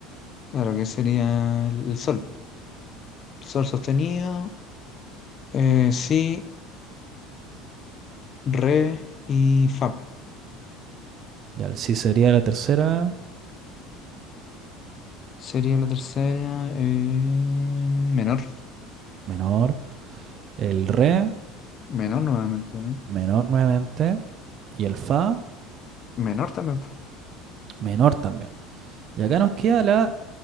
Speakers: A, on the left; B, on the right.
A: Claro, que sería el el sol. Sol sostenido. eh, si, re y fa.
B: Ya el Si sería la tercera,
A: Sería la tercera. eh, menor.
B: menor. El Re,
A: Menor nuevamente, ¿no?
B: menor nuevamente. Y el Fa,
A: Menor también. po.
B: menor también. Y acá nos queda la